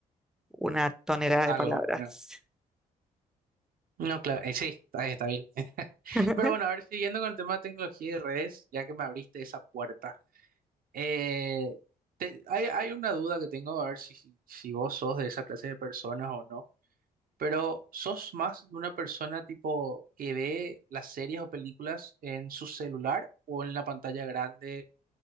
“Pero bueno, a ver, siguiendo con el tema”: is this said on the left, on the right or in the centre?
Right